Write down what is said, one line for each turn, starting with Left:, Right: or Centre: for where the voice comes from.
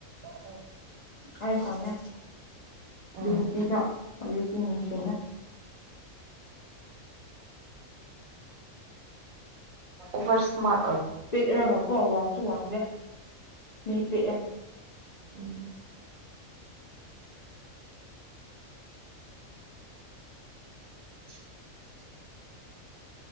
Right: <unintelligible>
Left: ꯑꯩ ꯈꯪꯃꯦꯦ
Right: ꯎꯝ
Left: ꯑꯗꯨ ꯅꯨꯄꯤꯒ ꯑꯗꯨꯛꯇ ꯅꯤꯡꯁꯤꯅ
Right: ꯕꯔ ꯁꯃꯥ
Left: ꯄꯤꯛꯕ ꯀꯣ ꯋꯥꯡꯁꯨ ꯋꯥꯡꯗꯦ ꯃꯤ ꯄꯦꯛꯛꯑꯦ
Right: ꯎꯝ <unintelligible>